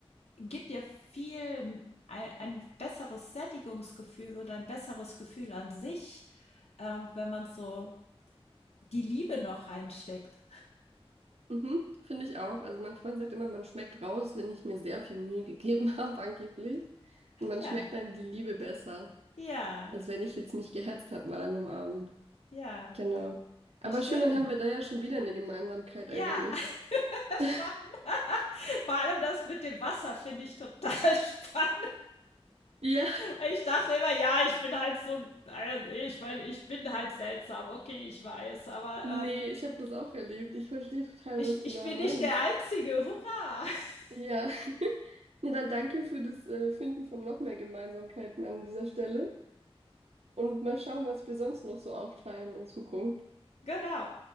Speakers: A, on the left; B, on the right.
A: gibt ja viel ein, ein besseres Sättigungsgefühl oder ein besseres Gefühl an sich, ähm, wenn man so die Liebe noch reinsteckt.
B: Mhm, finde ich auch. Also mein Freund sagt immer, man schmeckt raus, wenn ich mir sehr viel Mühe gegeben <laughs> habe, angeblich. Und man
A: Ja,
B: schmeckt dann die Liebe besser,
A: ja,
B: als wenn ich jetzt mich gehetzt habe mal an einem Abend.
A: ja,
B: Genau. Aber
A: wie schön.
B: schön, dann haben wir da ja schon wieder eine Gemeinsamkeit
A: Ja,
B: eigentlich.
A: <laughs>
B: <laughs>
A: schon. Vor allem das mit dem Wasser finde ich total <laughs> spannend.
B: Ja.
A: Weil ich dachte immer, ja, ich bin halt so, äh, nee, ich meine, ich bin halt seltsam, okay, ich weiß, aber
B: Nee,
A: ähm,
B: ich habe das auch erlebt. Ich verstehe total,
A: ich,
B: was du
A: ich
B: da
A: bin
B: meinst.
A: nicht der Einzige. Hurra! <laughs>
B: Ja, <laughs> na dann danke für das äh, Finden von noch mehr Gemeinsamkeiten an dieser Stelle und mal schauen, was wir sonst noch so auftreiben in Zukunft.
A: Genau.